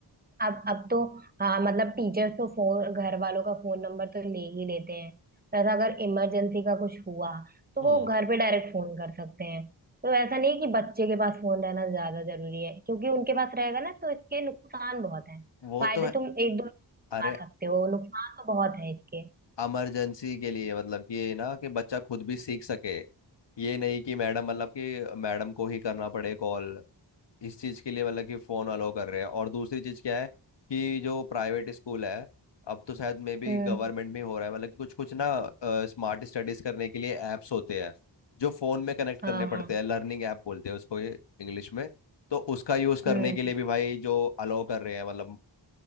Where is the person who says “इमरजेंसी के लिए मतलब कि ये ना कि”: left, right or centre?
Left